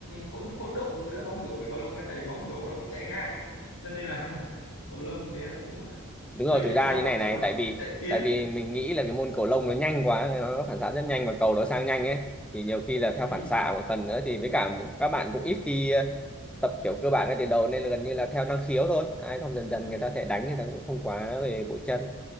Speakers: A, on the left (about 80°); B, in the centre.
A: hỗn hỗn độn giữa bóng rổ với cầu lông ấy tại vì bóng rổ nó cũng chạy ngang ấy cho nên là <laughs> cầu lông thì em lại cũng
B: đúng
A: hơi
B: rồi thực
A: chạy
B: ra
A: chéo
B: như này
A: chứ
B: này
A: còn
B: tại vì
A: chạy tiến
B: tại vì mình nghĩ là cái môn cầu lông nó nhanh quá nó phản xạ rất nhanh và cầu nó sang nhanh ấy thì nhiều khi là theo
A: Ừm,
B: phản xạ một phần nữa thì với cả các bạn cũng ít khi ờ, tập kiểu cơ bản ngay từ đầu nên là gần như là theo năng khiếu thôi ai không dần dần người ta thể đánh người ta cũng không quá về bộ chân